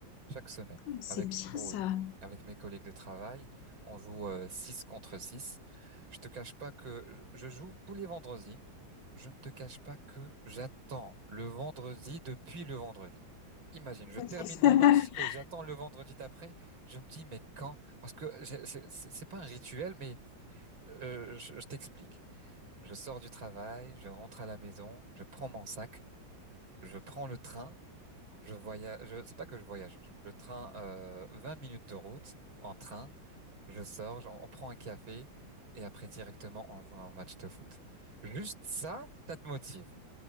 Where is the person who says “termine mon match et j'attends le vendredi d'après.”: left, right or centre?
Right